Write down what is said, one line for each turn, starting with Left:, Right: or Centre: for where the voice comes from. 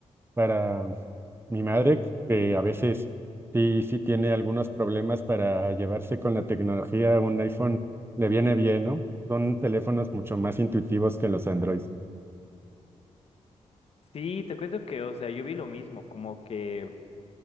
Right: para mi madre, que a veces sí, sí tiene algunos problemas para llevarse con la tecnología, un iPhone le viene bien, ¿no? Son teléfonos mucho más intuitivos que los Android.
Left: Sí, te cuento que, o sea, yo vi lo mismo, como que...